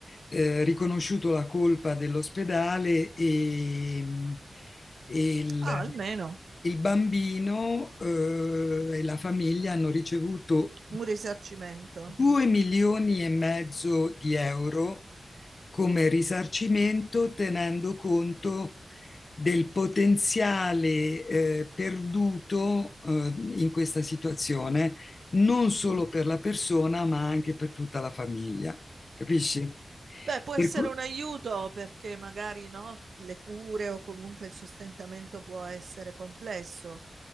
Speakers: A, on the left; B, on the right.
A: eh, riconosciuto la colpa dell'ospedale e, e il,
B: Ah, almeno
A: il bambino eh, e la famiglia hanno ricevuto
B: un risarcimento.
A: 2 milioni e mezzo di euro come risarcimento, tenendo conto del potenziale eh, perduto eh, in questa situazione non solo
B: Mm.
A: per la persona, ma anche per tutta la famiglia, capisci?
B: Beh, può
A: Per
B: essere
A: cui
B: un aiuto perché magari no, le cure o comunque il sostentamento può essere complesso,